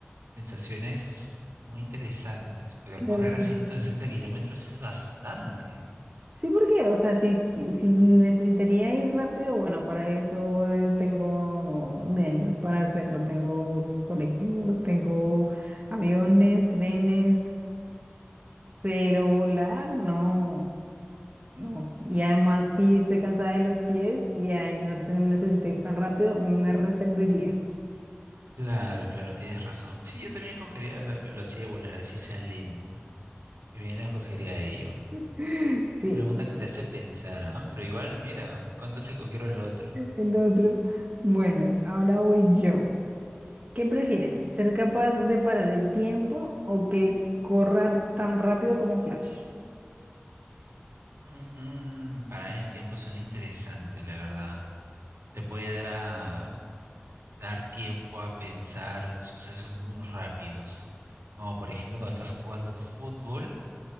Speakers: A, on the right; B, on the right.
A: Sensaciones muy interesantes, pero
B: Claro
A: correr
B: que
A: a 160
B: sí.
A: kilómetros es bastante.
B: Sí, porque, o sea, si, qui- si necesitaría ir rápido, bueno, para eso eh, tengo medios para hacerlo. Tengo colectivos, tengo aviones, trenes, pero volar, no. No. Y además, si estoy cansada de los pies y ahí no te- necesito ir tan rápido, me reservaría.
A: Claro, claro, tienes razón. Sí, yo también escogería la velocidad de volar, así sea lento. También escogería ello.
B: <laughs> Sí,
A: La pregunta que te hace pensar, ¿ah? Pero igual, mira, ¿cuántos se cogieron lo otro?
B: el otro. Bueno, ahora voy yo. ¿Qué prefieres? ¿Ser capaz de parar el tiempo o que corra tan rápido como Flash?
A: Mm, para el tiempo suena interesante, la verdad. Te puede dar a dar tiempo a pensar sucesos muy rápidos. Como por ejemplo, cuando estás jugando fútbol,